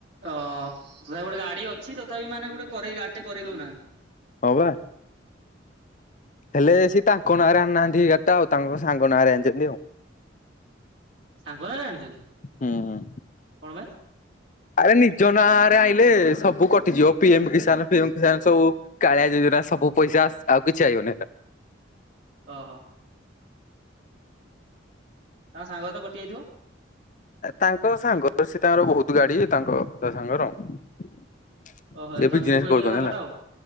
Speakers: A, on the right (about 60°); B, on the left (about 40°).
A: ଓହ ତଥାପି ଗୋଟେ ଗାଡି ଅଛି ତଥାପି ମାନେ ଗୁଟେ କରେଇ ଗାଡିଟେ କରେଇଦଉନାହାଁନ୍ତି।
B: ହଁପା। ହେଲେ ସେ ତାଙ୍କ ନାଁରେ ଆଣିନାହାନ୍ତି ଗାଡିଟା ଆଉ ତାଙ୍କ ସାଙ୍ଗ ନାଁରେ ଆଣିଛନ୍ତି ଆଉ।
A: ସାଙ୍ଗନାଁରେ ଆଣିଛନ୍ତି
B: ହୁଁ।
A: କଣ ପାଇଁ?
B: ଆରେ ନିଜ ନାଁ ରେ ଆଇଁଲେ ସବୁ କଟିଯିବ ପିଏମ କିଷାନ ଫିଏମ କିଷାନ ସବୁ। କାଳିଆ ଜୁଜୁନା ସବୁ ପଇସା ଆଉ କିଛି ଆଇିବନି ହେରା।
A: ଓହୋ। ତାଙ୍କ ସାଙ୍ଗର ତ କଟିଯାଇଥିବ?
B: ତାଙ୍କ ସାଙ୍ଗର ସେ ତାଙ୍କର ବହୁତ ଗାଡି ତାଙ୍କ ତା ସାଙ୍ଗର ସେ
A: ଓହୋ ଧନୀ
B: ବିଜିନେସ
A: ଲୋକ ହେଇଥିବ
B: କରୁଛନ୍ତି
A: ସାଙ୍ଗଟା
B: ହେଲା
A: ଆଉ